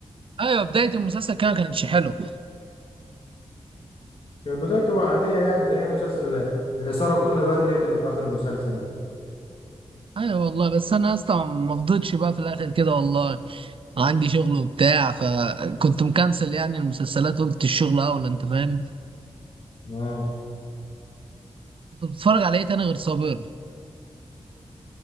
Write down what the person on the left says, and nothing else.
كانت بدايته عادية يعني زي مسلسل الإثارة كل بقى اللي هي بتبقى في آخر المسلسل دي
اه